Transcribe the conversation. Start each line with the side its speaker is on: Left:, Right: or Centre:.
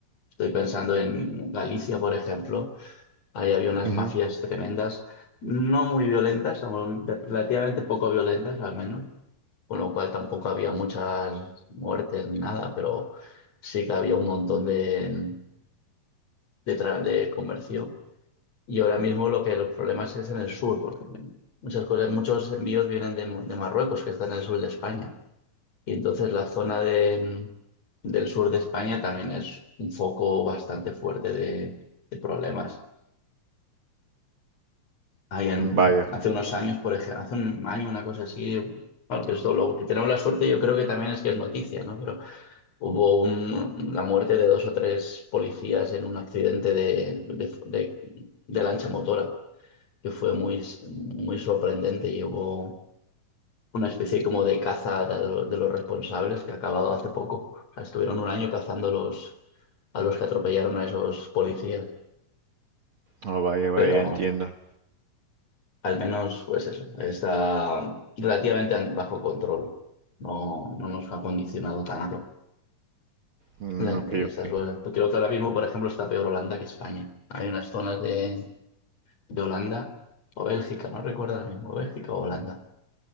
Left: Estoy pensando en Galicia, por ejemplo Ahí había unas
Right: Ujú.
Left: mafias tremendas, no muy violentas, o relativamente poco violentas al menos, con lo cual tampoco había muchas muertes ni nada, pero sí que había un montón de, de, tra- de comercio. Y ahora mismo lo que los problemas es en el sur, porque muchas cosas, muchos envíos vienen de, de Marruecos, que está en el sur de España. Y entonces la zona de, del sur de España también es un foco bastante fuerte de de problemas. Ahí en-
Right: Vaya,
Left: hace unos años, por ejemplo, hace un año, una cosa así, claro, que esto lo que tenemos la suerte, yo creo que también es que es noticia, ¿no? Pero hubo un- la muerte de dos o tres policías en un accidente de, de, de- de lancha motora, que fue muy, muy sorprendente y hubo una especie como de caza de, lo- de los responsables que ha acabado hace poco. O sea, estuvieron un año cazando los, a los que atropellaron a esos policías,
Right: oh, vaya, vaya,
Left: pero vamos.
Right: entiendo.
Left: al menos, pues eso, está relativamente bajo control. No, no nos ha condicionado tanto
Right: Mm,
Left: en-
Right: ok,
Left: en estas
Right: ok,
Left: cosas. Creo que ahora mismo, por ejemplo, está peor Holanda que España. Hay unas zonas de, de Holanda o Bélgica, no recuerdo ahora mismo, Bélgica o Holanda,